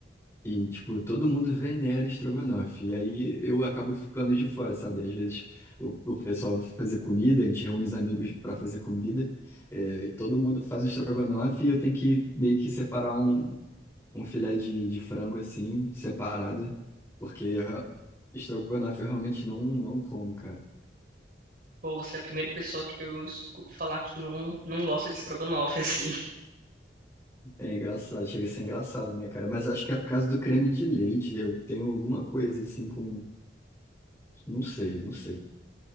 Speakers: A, on the left; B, on the right.
A: E, tipo, todo mundo venera estrogonofe. E aí eu acabo ficando de fora, sabe? Às vezes o, o pessoal vai fazer comida, a gente reúne os amigos para fazer comida, é, e todo mundo faz o estrogonofe e eu tenho que meio que separar um, um filé de, de frango assim, separado, porque eu re- estrogonofe eu realmente não, não como, cara.
B: Pô, você é a primeira pessoa que eu escuto falar que não, não gosta de estrogonofe, <laughs> assim.
A: É engraçado, chega a ser engraçado, né, cara? Mas acho que é por causa do creme de leite. Eu tenho alguma coisa assim com. Não sei, não sei.